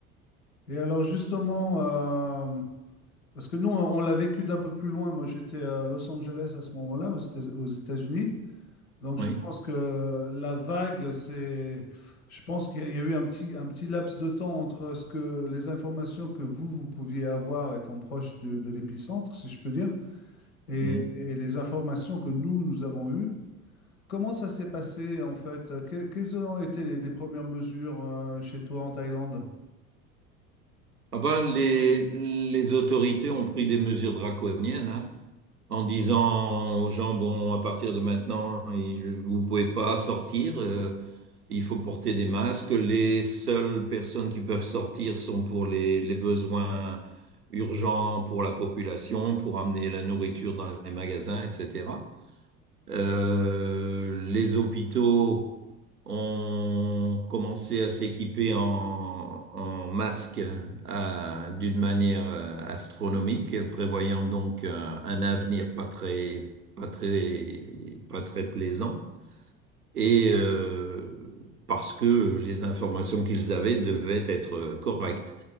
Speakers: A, on the left; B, on the right.
A: Et alors, justement, euh, parce que nous, on on l'a vécu d'un peu plus loin. Moi, j'étais à Los Angeles à ce moment-là, aux États- aux États-Unis. Donc
B: Oui.
A: je pense que la vague, c'est, je pense qu'il y a il y a eu un petit, un petit laps de temps entre ce que les informations que vous, vous pouviez avoir étant proche de, de l'épicentre, si je peux dire, et,
B: Mhm.
A: et les informations que nous, nous avons eues. Comment ça s'est passé en fait? Que- quelles ont été les, les premières mesures euh, chez toi en Thaïlande?
B: Ah ben, les, les autorités ont pris des mesures draconiennes, hein, en disant aux gens, bon, à partir de maintenant, il- vous pouvez pas sortir. euh, Il faut porter des masques. Les seules personnes qui peuvent sortir sont pour les, les besoins urgents pour la population, pour amener la nourriture dans les magasins, etc. Euh, les hôpitaux ont commencé à s'équiper en, en masques à- d'une manière euh, astronomique, prévoyant donc un, un avenir pas très, pas très, pas très plaisant et euh, parce que les informations qu'ils avaient devaient être euh, correctes.